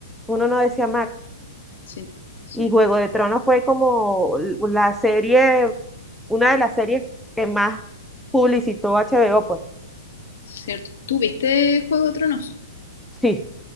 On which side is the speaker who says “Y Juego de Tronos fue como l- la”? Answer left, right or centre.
Centre